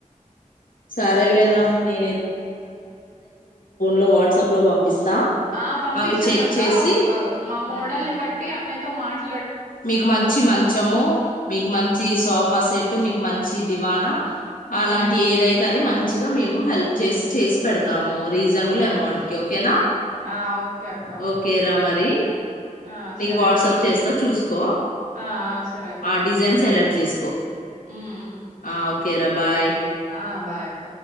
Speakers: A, on the left (about 85°); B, on the right (about 85°).
A: సరేలేరా ని లో వాట్సాప్ లో పంపిస్తా
B: ఆ పంపించండి
A: అవి చెక్
B: అక్క
A: చేసి
B: ఒక మా మోడల్ని
A: మ్మ్
B: బట్టి అన్నయి తో మాట్
A: మీకు మంచి మంచము మీకు మంచి సోఫా సెట్ అ మీకు మంచి దివానా అలాంటి
B: మ్మ్
A: ఏదైతే అది మంచిగా మేము హెల్ప్ చేసి చేసి పెడతాము రీసనబుల్
B: మ్మ్
A: అమౌంట్ కీ ఒకే నా
B: ఆ ఓకే అక్క
A: ఓకే ర మరి
B: ఆ
A: నీకు
B: సరే
A: వాట్సప్
B: అక్క
A: చేస్తా చూసుకో
B: ఆ ఆ సరే అక్క
A: ఆ డిజైన్ సెలక్ట్ చేసుకో
B: మ్మ్ మ్మ్
A: ఆ ఓకే కెర బాయ్
B: ఆ బాయ్ అక్క